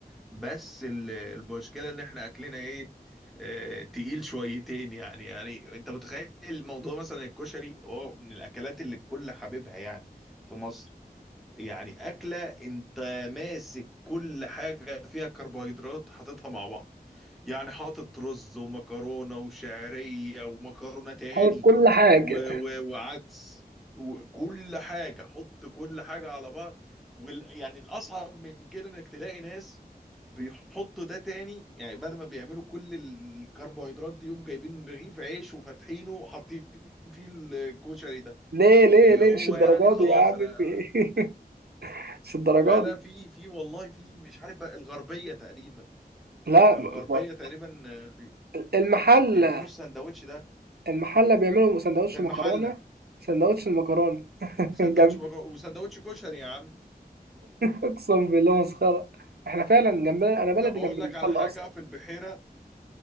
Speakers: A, in the centre; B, on the right.
A: بس ال- المشكله ان احنا اكلنا ايه آه، تقيل شويتين يعني يعني انت متخيل الموضوع مثلا الكشري هو من الاكلات اللي الكل حاببها يعني في مصر يعني أكلة أنت ماسك كل حاجة فيها كربوهيدرات حاططها مع بعض يعني حاطط رز ومكرونة وشعرية ومكرونة تاني
B: حابب كل حاجه
A: و و وعدس وكل حاجة حط كل حاجة على بعض وال يعني الأصعب من كده إنك تلاقي ناس بيحطوا ده تاني يعني بعد ما بيعملوا كل الكربوهيدرات دي يقوم جايبين رغيف عيش وفاتحينه وحاطين فيه الكشري ده
B: ليه ليه
A: اللي
B: ليه
A: هو
B: مش الدرجات
A: يعني خلاص
B: دي يا عم
A: انا
B: في ايه <laughs> مش الدرجات
A: لا لا
B: دي
A: في في والله في مش عارف بقى الغربية تقريبا
B: لا
A: في الغربية
B: ب-
A: تقريبا آه، بي-
B: المحل
A: بيعملوا السندوتش ده
B: المحل بيعملوا سندوتش
A: في المحلة
B: مكرونه سندوتش المكرونه <laughs>
A: سندوتش
B: جنب
A: بجو... وسندوتش كشري يا عم
B: اقسم بالله مسخره احنا فعلا جنبنا انا بلدي
A: طب أقول
B: جنب المحل
A: لك على حاجة
B: اصلا
A: في البحيرة